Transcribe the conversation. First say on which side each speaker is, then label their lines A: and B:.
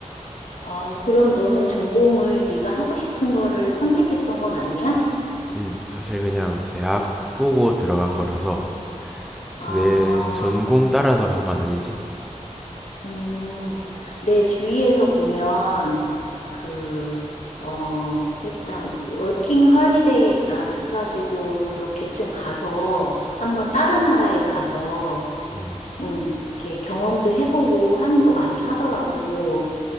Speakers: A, on the left; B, in the centre.
A: 아, 그럼 너는 전공을 네가 하고 싶은 거를 선택했던 건 아니야?
B: 음, 사실 그냥 대학 보고 들어간 거라서
A: 아.
B: 내 전공 따라서 간 건 아니지.
A: 음, 내 주위에서 보면, 그, 어, 일단, 워킹 헐리데이, 아, 해가지고, 그렇게 좀 가서, 한번 다른 나라에 가서,
B: 음,
A: 음, 이렇게 경험도 해보고 하는 거 많이 하더라고.